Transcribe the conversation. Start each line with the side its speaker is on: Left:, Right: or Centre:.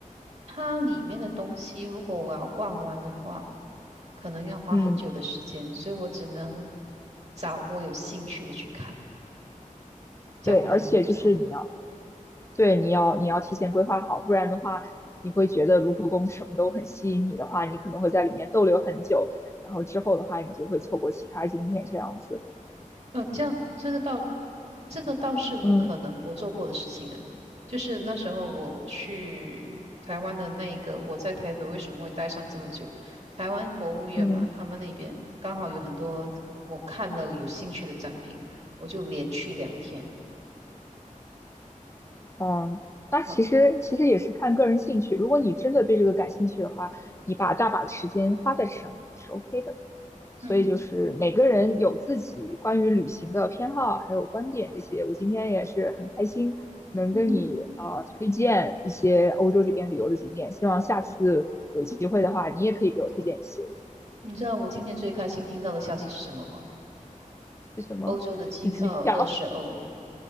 Right: 它里面的东西，如果我要逛完的话，可能要花很久的时间，
Left: 嗯，
Right: 所以我只能找我有兴趣的去看，这样可能比较好。
Left: 对，而且就是你要对你要你要提前规划好，不然的话，你会觉得卢浮宫什么都很吸引你的话，你可能会在里面逗留很久，然后之后的话，你就会错过其他景点这样子，
Right: 呃，这样这个倒，这个倒是我可能我做过的事情啊，
Left: 嗯
Right: 就是那时候我去台湾的那一个，我在台北为什么会待上这么久？台湾博物院嘛，
Left: 嗯。
Right: 他们那边刚好有很多我看了有兴趣的展品，我就连去两天
Left: 嗯，那其实其实也是看个人兴趣。
Right: 啊，
Left: 如果你真的对这个感兴趣的话，你把大把的时间花在这上面是 OK 的。所以就是每个人有自己关于旅行的偏好，
Right: 嗯
Left: 还有观点这些。我今天也是很开心能跟你呃推荐一些欧洲这边旅游的景点，
Right: 嗯哼，
Left: 希望下次有机会的话，你也可以给我推荐一些。
Right: 你知道我今天最开心听到的消息是什么吗？
Left: 是什么？
Right: 欧洲的机票二十欧，
Left: 是机票。